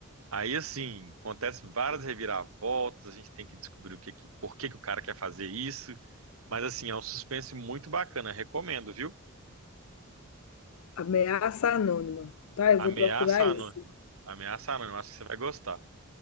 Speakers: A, on the right (about 75°); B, on the left (about 70°).
A: Aí, assim, acontece várias reviravoltas, a gente tem que descobrir o que, que, por que, que o cara quer fazer isso. Mas, assim, é um suspense muito bacana, recomendo, viu?
B: Ameaça anônima. Tá, eu
A: Ameaça
B: vou procurar isso.
A: Anônima. Ameaça Anônima, acho que você vai gostar.